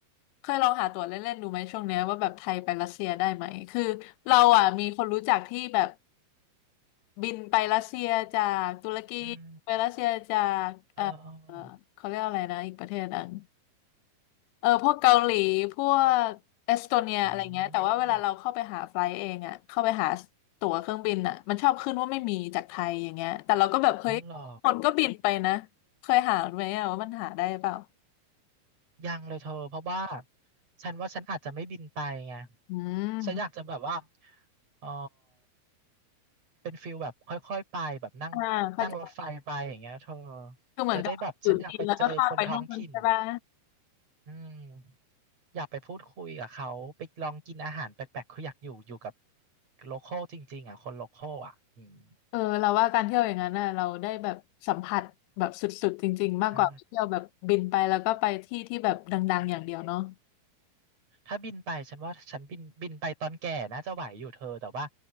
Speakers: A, on the left; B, on the right.
A: เคยลองหาตั๋วเล่นๆดูไหมช่วงเนี้ยว่าแบบไทยไปรัสเซียได้ไหมคือเราอ่ะมีคนรู้จักที่แบบ บินไปรัสเซียจากตุรกีไปรัสเซียจากเอ่อเอ่อเขาเรียกอะไรนะอีกประเทศหนึง
B: อืมเออเออ
A: เออพวกเกาหลีพวกเอสโตเนียอะไรเงี้ยแต่ว่าเวลาเราเข้าไปหาไฟล์เองอ่ะเข้าไปหา
B: อืม
A: ตั๋วเครื่องบินอ่ะมันชอบขึ้นว่าไม่มีจากไทยอย่างเงี้ยแต่เราก็แบบเฮ้ยคนก็บินไปนะเคยหาไหมอะว่ามันหาได้เปล่า
B: อ๋อเหรอ ยังเลยเธอเพราะว่าฉันว่าฉันอาจจะไม่บินไปไง
A: อืม
B: ฉันอยากจะแบบว่าเออเป็นฟิลแบบค่อยๆไปแบบนั่งนั่งรถไฟไปอย่างเงี้ยเธอ
A: อ่าเข้าใจคือเหมือนกับอยู่จีนแล้วก็ข้ามไปนู่นใช่ป่ะ
B: จะได้แบบฉันอยากไปเจอคนท้องถิ่นอืมอยากไปพูดคุยกับเขาไปลองกินอาหารแปลกๆคืออยากอยู่อยู่กับโลคอลจริงๆอ่ะคนโลคอลอ่ะอืม
A: เออเราว่าการเที่ยวอย่างนั้นน่ะเราได้แบบสัมผัสแบบสุดๆจริงๆมากกว่าไปเที่ยวแบบบินไปแล้วก็ไปที่ที่แบบดังๆอย่างเดียวเนาะ
B: ใช่ใช่ ถ้าบินไปฉันว่าฉันบินบินไปตอนแก่น่าจะไหวอยู่เธอแต่ว่า